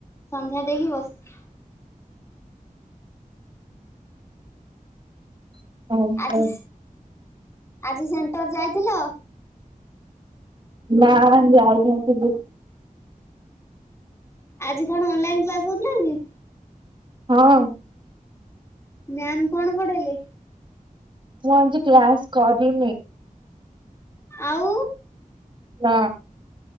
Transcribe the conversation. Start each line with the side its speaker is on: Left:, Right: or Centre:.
Left: ସନ୍ଧ୍ୟା ଦେଇକି ବସିଚି।
Right: ଓହୋ
Left: ଆଜି ଆଜି ସେଣ୍ଟର ଯାଇଥିଲ?
Right: ନା ଯାଇନଥିଲୀ।
Left: ଆଜି କଣ ଅନଲାଇନ୍ କ୍ଲା ହଉଥିଲା କି?
Right: ହଁ।
Left: ମ୍ୟାମ୍ କଣ ପଢେଇଲେ?
Right: ମୁଁ ଆଜି କ୍ଲାସ୍ କରିନି।
Left: ଆଉ
Right: ନା